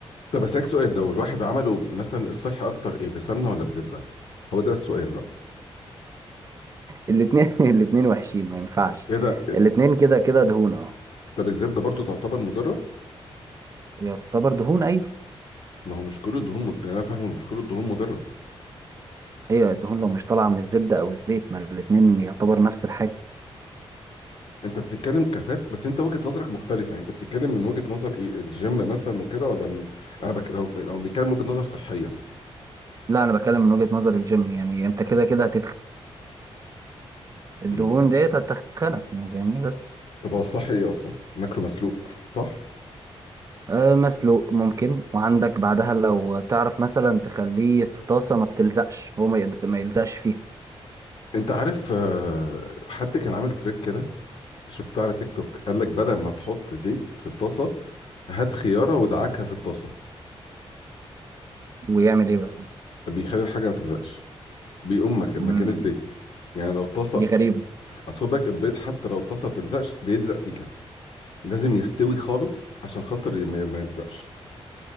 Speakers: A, on the left (about 65°); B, on the right (about 30°).
A: طب اسالك سؤال لو الواحد عمله مثلا الصحي اكتر ايه بسمنه ولا بزبده هو ده السؤال بقى
B: الاتنين <laughs> الاتنين وحشين ما ينفعش
A: ايه ده
B: الاتنين كده كده دهون اه
A: طب الزبده برضو تعتبر مضره
B: يعتبر دهون ايوه
A: ما هو مش كل الدهون مض... يعني انا فاهم إن مش كل الدهون مضره
B: ايوه الدهون لو مش طالعه من الزبده او الزيت ما الاتنين يعتبر نفس الحاجه
A: انت بتتكلم كفات بس انت وجهة نظرك مختلفة انت بتتكلم من وجهة نظر ايه الجيم مثلا وكده ولا من... انا بك... لو لو بنتكلم وجهة نظر صحية
B: لا انا بتكلم من وجهه نظر الجيم يعني انت كده كده هتتخن الدهون
A: مم.
B: ديت هتتخنك يعني فاهمني بس
A: طب هو الصح ايه اصلا ناكله مسلوق صح
B: آه، مسلوق ممكن وعندك بعدها لو تعرف مثلا تخليه في طاسة ما بتلزقش هو ما يقد- ما يلزقش فيها
A: انت عارف آه، حد كان عامل تريك كده شفتها على تيك توك قال لك بدل ما تحط زيت في الطاسة هات خيارة وادعكها في الطاسة
B: ويعمل ايه بقى
A: بيخلي الحاجة ما تلزقش بيقوم مك... مكان
B: مم.
A: الزيت يعني لو الطاسة
B: دي غريبة
A: اصل خد بالك البيض حتى لو الطاسة ما بتلزقش بيلزق سيكة لازم يستوي خالص عشان خاطر ما ما يلزقش